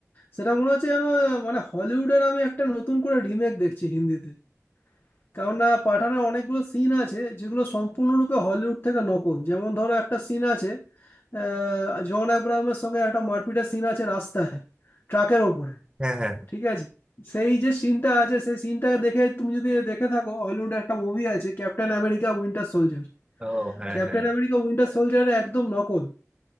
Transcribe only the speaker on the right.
হ্যাঁ হ্যাঁ
ও হ্যাঁ
হ্যাঁ